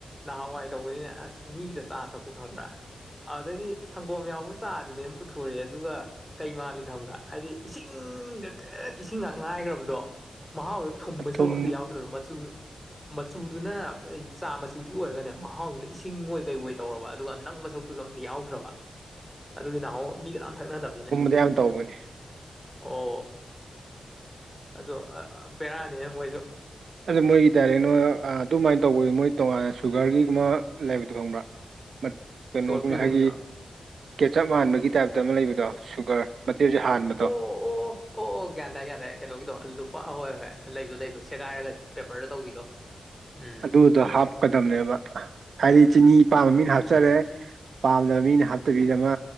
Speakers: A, in the centre; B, on the right.
A: ꯅꯍꯥꯟꯋꯥꯏ ꯇꯧꯕꯅꯤꯅꯦ ꯑꯁ ꯃꯤꯒꯤꯗ ꯆꯥ ꯊꯛꯄ ꯈꯪꯕ꯭ꯔꯥ ꯑꯗꯩꯗꯤ ꯁꯪꯒꯣꯝ ꯌꯥꯎꯕ ꯆꯥꯗꯨꯅꯦ ꯄꯨꯊꯣꯔꯛꯑꯦ ꯑꯗꯨꯒ ꯀꯩ ꯃꯥꯜꯂꯤ ꯈꯪꯕ꯭ꯔꯥ ꯍꯥꯏꯗꯤ ꯏꯁꯤꯡꯗ ꯏꯁꯤꯡ ꯉꯥꯛ ꯉꯥꯏꯈ꯭ꯔꯕꯗꯣ ꯃꯍꯥꯎꯗ ꯊꯨꯝꯕꯩ
B: ꯑ
A: ꯁꯔꯨꯛ
B: ꯊꯨꯝ
A: ꯑꯝꯇ ꯌꯥꯎꯗ꯭ꯔꯗꯣ ꯃꯆꯨ ꯃꯆꯨꯗꯨꯅ ꯑꯩ ꯆꯥ ꯃꯆꯨꯗꯤ ꯑꯣꯏꯔꯒꯅꯦ ꯃꯍꯥꯎꯗꯨꯅ ꯏꯁꯤꯡꯉꯣꯏ ꯀꯩ ꯑꯣꯏ ꯇꯧꯔꯕ ꯑꯗꯨꯒ ꯅꯪ ꯃꯁꯛ ꯇꯨꯁꯨ ꯑꯝꯇ ꯌꯥꯎꯗ꯭ꯔꯕ ꯑꯗꯨꯒꯤ ꯅꯅꯥꯍꯣ ꯃꯤ ꯀꯅꯥꯝ ꯊꯛꯅꯗꯕꯅꯤꯅꯦ
B: ꯀꯌꯥꯝ ꯇꯧꯕꯅꯤ
A: ꯑꯣ ꯑꯗꯣ ꯕꯦꯔꯥꯅꯤ ꯃꯣꯏꯁꯨ
B: ꯑꯗꯨ ꯃꯣꯏꯒꯤ ꯗꯥꯏꯔꯦꯛ ꯅꯣꯏ ꯑꯗꯨꯃꯥꯏꯅ ꯇꯧꯕ ꯃꯣꯏ ꯇꯣꯉꯥꯟꯅ ꯁꯨꯒꯔꯒꯤꯒꯨꯝ ꯂꯩꯕꯗꯣ ꯈꯪꯕ꯭ꯔꯥ <unintelligible> ꯀꯩꯅꯣꯒ
A: ꯁꯨꯒꯔ ꯐ꯭ꯔꯤꯒꯨꯝꯕꯗꯨꯔꯣ
B: ꯉ ꯍꯥꯏꯒꯤ ꯀꯦꯆꯞ ꯃꯥꯟꯕꯒꯤ ꯇꯥꯏꯞꯇ ꯑꯃ ꯂꯩꯕꯗꯣ ꯁꯨꯒꯔ ꯃꯆꯦꯁꯦ
A: ꯑꯣ
B: ꯍꯥꯟꯕꯗꯣ
A: ꯑꯣ ꯑꯣ ꯑꯣ ꯑꯣ ꯒ꯭ꯌꯥꯟ ꯇꯥꯢ ꯒ꯭꯭ꯌꯥꯟ ꯇꯥꯏ ꯀꯩꯅꯣꯒꯤꯗꯣ ꯂꯨꯄꯥ ꯑꯍꯣꯏ ꯑꯍꯣꯏ ꯂꯩꯕ ꯂꯩ ꯑꯗꯨ ꯁꯦꯒꯥꯏꯔꯒ ꯄꯦꯄꯔꯗ ꯇꯧꯕꯤꯗꯣ ꯎꯝ
B: ꯑꯗꯨꯗ ꯍꯥꯞꯀꯗꯕꯅꯦꯕ ꯍꯥꯏꯗꯤ ꯆꯤꯅꯤ
A: ꯑꯥ
B: ꯄꯥꯝꯕ
A: ꯑꯥ ꯑꯥ
B: ꯃꯤꯅ ꯍꯥꯞꯆꯔꯦ ꯄꯥꯝꯗꯕ ꯃꯤꯅ ꯍꯥꯞꯇꯕꯤꯗ ꯑꯃ